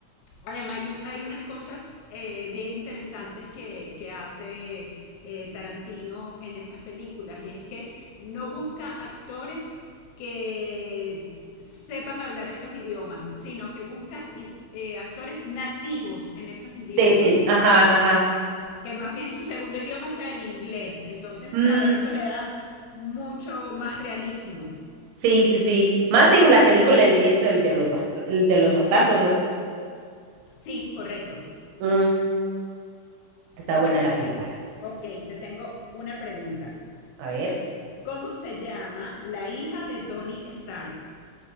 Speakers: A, on the left; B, on the right.
A: Además, hay, un- hay unas cosas eh, bien interesantes que, que hace eh, Tarantino en esas películas y es que no busca actores que sepan hablar esos idiomas, sino que busca i- eh, actores nativos en esos idiomas.
B: De ese, ajá, ajá.
A: que más bien su segundo idioma sea el inglés. Entonces,
B: Mm,
A: ¿sabes? Eso le da mucho más realismo.
B: Sí, sí, sí. Más en la película, el de esto, el de los, bast- el de los bastardos, ¿no?
A: Sí, correcto.
B: Mm, está
A: Oh,
B: buena la película.
A: ok, te tengo una pregunta.
B: A ver.
A: ¿Cómo se llama la hija de Tony Stark?